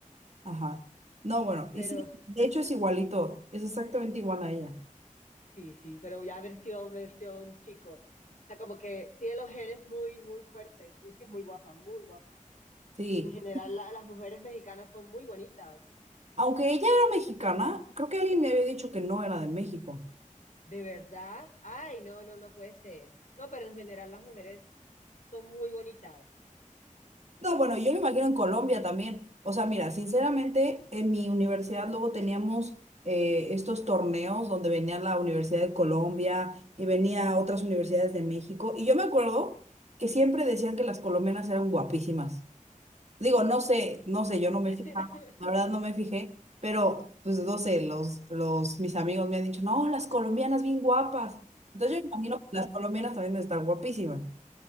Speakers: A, on the right; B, on the left.
A: Ajá. No, bueno,
B: pero
A: y sí, de hecho es igualito, es exactamente igual a ella.
B: sí, sí, pero ya versión, versión chico. O sea, como que tiene los genes muy, muy fuertes. Es que es muy guapa, muy guapa.
A: Sí,
B: En general, la- las mujeres mexicanas son muy bonitas.
A: aunque ella era mexicana, creo que alguien me había dicho que no era de México.
B: De verdad. Ay, no, no, no puede ser. No, pero en general las mujeres son muy bonitas.
A: No, bueno, yo me imagino en Colombia también. O sea, mira, sinceramente, en mi universidad luego teníamos eh, estos torneos donde venía la Universidad de Colombia y venía otras universidades de México. Y yo me acuerdo que siempre decían que las colombianas eran guapísimas. Digo, no sé, no sé, yo no me
B: <laughs>
A: fijaba, la verdad no me fijé, pero pues no sé, los, los, mis amigos me han dicho, no, las colombianas bien guapas. Entonces yo me imagino que las colombianas también deben estar guapísimas.